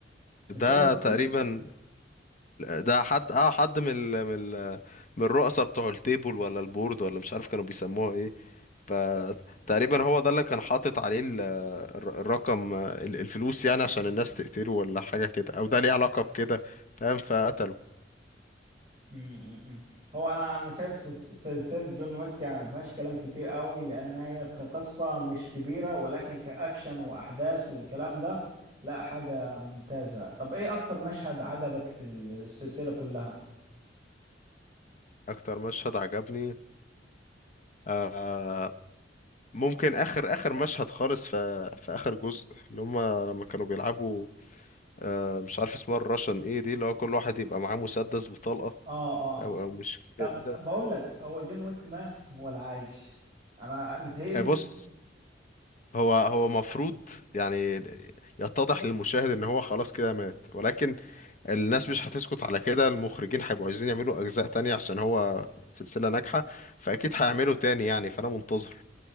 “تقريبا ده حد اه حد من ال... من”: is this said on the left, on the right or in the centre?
Left